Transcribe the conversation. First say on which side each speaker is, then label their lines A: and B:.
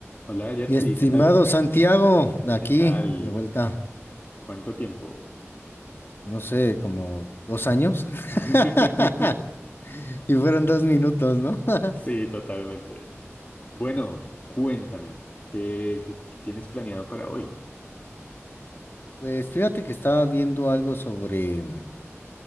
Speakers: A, on the left; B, on the left.
A: Hola Jersey,
B: Mi estimado
A: ¿qué tal?
B: Santiago, de
A: ¿Qué
B: aquí,
A: tal?
B: de vuelta,
A: ¿Cuánto tiempo?
B: no sé, como dos años. <laughs>
A: <laughs>
B: Y fueron dos minutos, ¿no? <laughs>
A: Sí, totalmente. Bueno, cuéntame, ¿qué, qué- qué tienes planeado para hoy?
B: Pues fíjate que estaba viendo algo sobre mm,